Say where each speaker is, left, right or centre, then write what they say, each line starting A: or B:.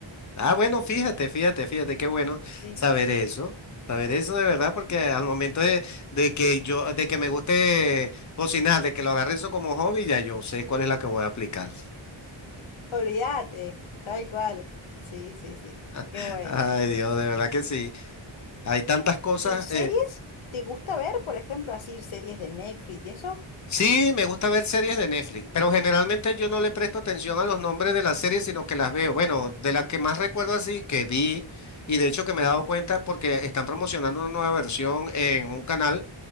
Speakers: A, on the left (about 35°); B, on the left (about 80°).
A: Ah, bueno, fíjate, fíjate, fíjate, qué bueno
B: Sí,
A: saber
B: sí, sí.
A: eso, saber eso de verdad, porque al momento de, de que yo, de que me guste cocinar, de que lo agarre eso como hobby, ya yo sé cuál es la que voy a aplicar.
B: Olvídate, tal cual. Sí, sí, sí. Qué
A: <laughs>
B: bueno.
A: Ay, Dios, de verdad que sí. Hay tantas cosas.
B: ¿Y series?
A: eh,
B: ¿Te gusta ver, por ejemplo, así series de Netflix y eso?
A: Sí, me gusta ver series de Netflix, pero generalmente yo no le presto atención a los nombres de las series, sino que las veo. Bueno, de las que más recuerdo así, que vi, y de hecho que me he dado cuenta porque están promocionando una nueva versión en un canal